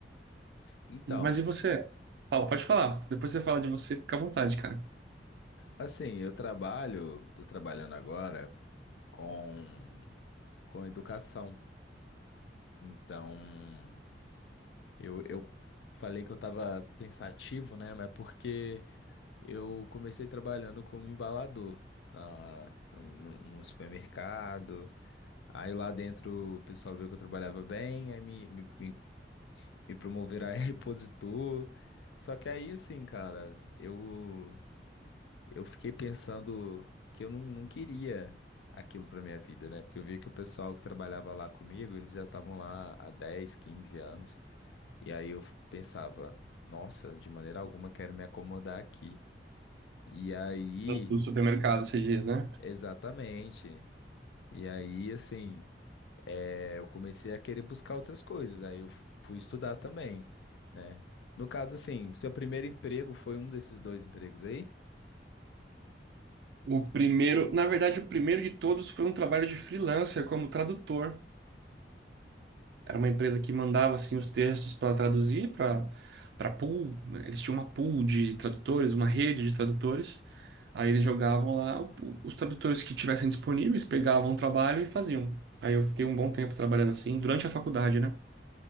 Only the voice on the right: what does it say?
E- mas e você? Fala, pode falar. Depois você fala de você, fica à vontade, cara.
Do supermercado, você diz, né?
O primeiro, na verdade, o primeiro de todos foi um trabalho de freelancer como tradutor. Era uma empresa que mandava assim os textos para traduzir para para pool. né? Eles tinham uma pool de tradutores, uma rede de tradutores. Aí eles jogavam lá o- os tradutores que tivessem disponíveis, pegavam o trabalho e faziam. Aí eu fiquei um bom tempo trabalhando assim durante a faculdade, né?